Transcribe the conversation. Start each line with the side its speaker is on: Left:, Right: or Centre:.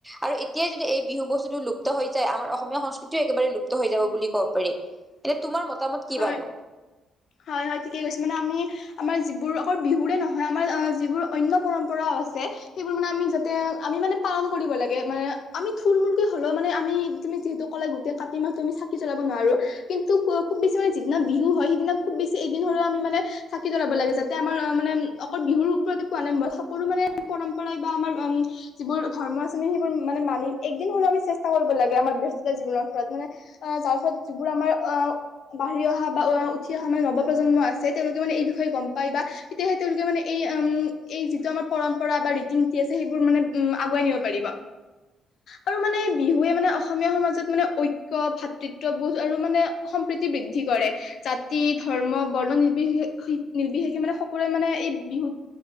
Centre: আৰু এতিয়াই যদি এই বিহু বস্তুতটো লুপ্ত হৈ যায় আমাৰ অসমীয়া সংস্কৃতিও একেবাৰে লুপ্ত। হৈ যাব বুলি ক'ব পাৰি। এনে তোমাৰ মতামত কি
Left: হয়
Centre: বাৰু
Left: হয় হয় ঠিকে কৈছে মানে আমি আমাৰ যিবোৰ আকৌ বিহুৰে নহয়। আমাৰ যিবোৰ অন্য পৰম্পৰাও আছে। সেইবোৰ মানে আমি যাতে আমি মানে পালন কৰিব লাগে মানে আমি থুলমূলকৈ হলেও মানে আমি তুমি যিহেতু। কলে গোটেই কাটি মাহ টো আমি চাকি জ্বলাব নোৱাৰো। কিন্তু খুব বেছি মানে যিদিনা বিহু হয় সিদিনা খুব বেছি এদিন হলেও আমি মানে চাকি জলাব লাগে। যাতে আমাৰ অ মানে অকল। বিহুৰ ওপতে পালে মই সকলো মানে পৰম্পৰাই বা আমাৰ উম যিবোৰ ধৰ্ম আছে আমি সেইবোৰ মানে মানি। একদিন হলেও আমি চেষ্টা কৰিব লাগে আমাৰ ব্যস্ততা জীৱনৰ ফৰত মানে তাৰ ফলত যিবোৰ আমাৰ অ বাঢ়ি অহা বা উঠি অহা মানে নৱপ্ৰজন্ম আছে তেওঁলোকে মানে এই বিষয়ে গম পায় বা তেতিয়াহে তেওঁলোকে মানে এই উম এই যিটো আমাৰ পৰম্পৰা বা ৰীতি নীতি আছে সেইবোৰ মানে উম আগুৱাই নিব পাৰিব আৰু মানে বিহুৱে মানে অসমীয়া সমাজত মানে ঐক্য ভাতৃত্ব বোধ আৰু মানে সম্প্ৰীতি বৃদ্ধি কৰে। জাতি, ধৰ্ম, বৰ্ণ নিৰ্বশেষ নিৰ্বশেষে মানে সকলোৱে মানে এই- বিহু